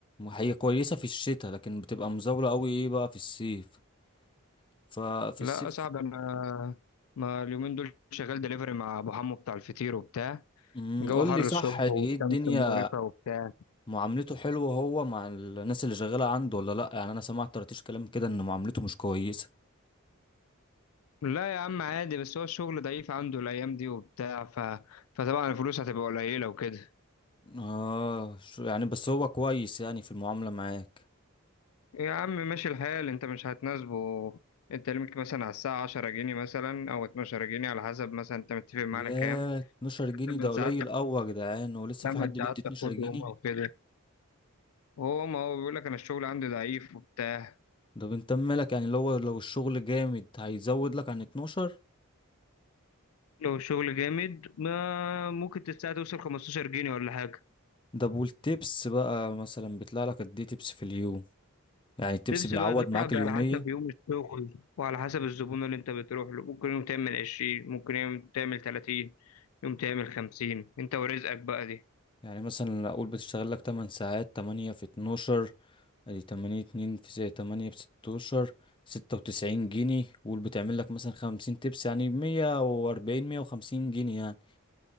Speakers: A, on the left; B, on the left.
A: هي كويسة في الشتاء لكن بتبقى مزاولة قوي ايه بقى في الصيف ففي
B: لا
A: الصيف
B: يا صاحبي انا ما اليومين دول شغال دليفري مع ابو حمو بتاع الفطير وبتاع
A: مم،
B: جو
A: قول
B: حر
A: لي صح
B: الصبح
A: ايه
B: والشمس
A: الدنيا
B: مقرفة وبتاع
A: معاملته حلوة هو مع الناس اللي شغالة عنده ولا لا يعني انا سمعت ترتيش كلام كده ان معاملته مش كويسة
B: لا يا عم عادي بس هو الشغل ضعيف عنده الأيام دي وبتاع ف... فطبعا الفلوس هتبقى قليلة وكده
A: اه شو- يعني بس هو كويس يعني في المعاملة معاك
B: يا عم ماشي الحال أنت مش هتناسبه أنت ليك مثلا على الساعة 10 جنيه مثلا أو 12 جنيه على حسب مثلا أنت متفق معاه
A: ياه
B: على كام
A: 12 جنيه
B: 8
A: ده قليل
B: ساعات
A: قوي يا جدعان ولسه
B: 8
A: في حد
B: ساعات
A: بيدي 12
B: تاخدهم
A: جنيه
B: أو كده هو ما هو بيقول لك أنا الشغل عندي ضعيف وبتاع
A: ده بنت مالك يعني لو لو الشغل جامد هيزود لك عن 12
B: لو الشغل جامد ما ممكن الساعة توصل 15 جنيه ولا حاجة
A: ده والتبس بقى مثلا بيطلع لك قد ايه تبس في اليوم يعني التبس
B: تبسي
A: بيعوض
B: بقى ده
A: معاك
B: صعب
A: اليومية
B: على حسب يوم الشغل وعلى حسب الزبون اللي انت بتروح له ممكن يوم تعمل عشرين ممكن يوم تعمل تلاتين يوم تعمل خمسين انت ورزقك بقى دي
A: يعني مثلا اقول بتشتغل لك 8 ساعات 8 في 12 ادي 8 2 في 8 ب 16 96 جنيه قول بتعمل لك مثلا 50 تبس يعني 140 150 جنيه يعني